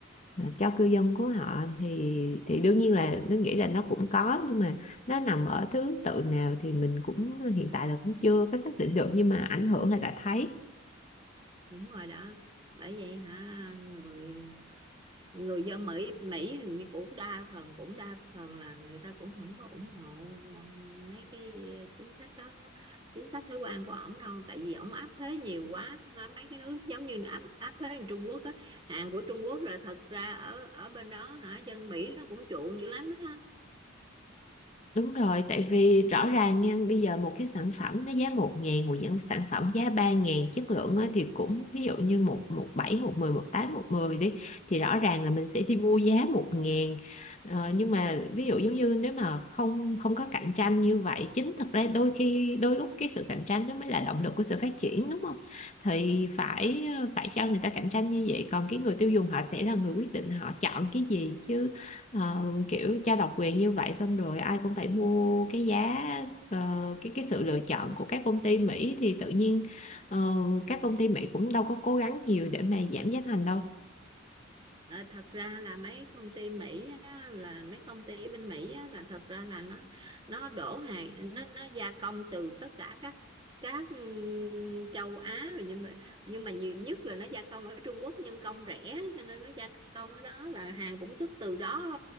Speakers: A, on the left; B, on the right.
A: ờ, cho cư dân của họ thì thì đương nhiên là nó nghĩ là nó cũng có nhưng mà nó nằm ở thứ tự nào thì mình cũng hiện tại là cũng chưa có xác định được nhưng mà ảnh hưởng là đã thấy
B: đúng rồi đó bởi vậy hả người người dân Mỹ Mỹ thì cũng đa phần cũng đa phần là người ta cũng không có ủng hộ mấy cái chính sách đó chính sách thuế quan của ổng đâu tại vì ổng áp thuế nhiều quá mấy cái nước giống như áp áp thuế như Trung Quốc á hàng của Trung Quốc rồi thật ra ở ở bên đó hả dân Mỹ nó cũng chuộng dữ lắm đó
A: Đúng rồi, tại vì rõ ràng nha, bây giờ một cái sản phẩm nó giá một ngàn, một dạng sản phẩm giá ba ngàn, chất lượng á, thì cũng ví dụ như một một bảy một mười một tám một mười đi thì rõ ràng là mình sẽ đi mua giá một ngàn. Ờ, nhưng mà ví dụ giống như nếu mà không không có cạnh tranh như vậy, chính thật ra đôi khi đôi lúc cái sự cạnh tranh nó mới là động lực của sự phát triển đúng không? Thì phải ờ, phải cho người ta cạnh tranh như vậy, còn cái người tiêu dùng họ sẽ là người quyết định họ chọn cái gì chứ Ờ, kiểu trao độc quyền như vậy xong rồi ai cũng phải mua cái giá ờ, cái cái sự lựa chọn của các công ty Mỹ
B: Ừ.
A: thì tự nhiên ờ, các công ty Mỹ cũng đâu có cố gắng nhiều để mà giảm giá thành đâu.
B: À, thật ra là mấy công ty Mỹ á, là mấy công ty ở bên Mỹ á, là thật ra là nó nó đổ hàng nó nó gia công từ tất cả các các ừm, châu Á rồi nhưng mà nhưng mà nhiều nhất là nó gia công ở Trung Quốc nhân công rẻ cho nên nó gia công ở đó là hàng cũng xuất từ đó